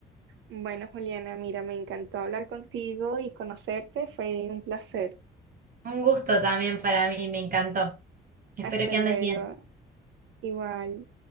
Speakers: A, on the right (about 75°); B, on the right (about 45°).
A: Bueno, Juliana, mira, me encantó hablar contigo y conocerte. Fue un placer.
B: Un gusto también para mí, me encantó. Espero
A: Hasta
B: que
A: luego.
B: andes bien.
A: Igual.